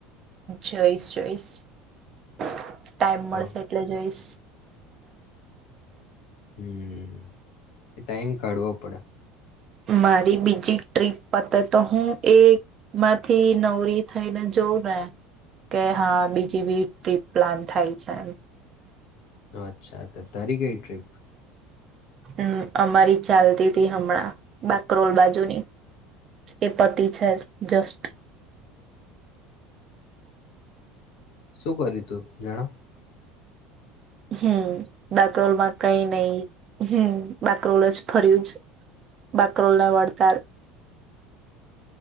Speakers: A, on the right; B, on the left.
A: જોઈશ જોઈસ ટાઈમ મળશે
B: હા
A: એટલે જોઈશ
B: હમ એ ટાઈમ કાઢવો પડે
A: મારી બીજી ટ્રીપ પતે તો હું એમાંથી નવરી થઈને જોઉં ને કે હા બીજી બી ટ્રીપ પ્લાન થાય છે એમ
B: અચ્છા તારી કઈ ટ્રીપ
A: હમ અમારી ચાલતી હતી હમણાં બાકરોલ બાજુની એ પતિ છે જસ્ટ
B: શું કર્યું તું જણાવ
A: હમ બાકરોલમાં કઈ નહી હમ બાકરોલ જ ફર્યું જ બાકરોલને વળતાર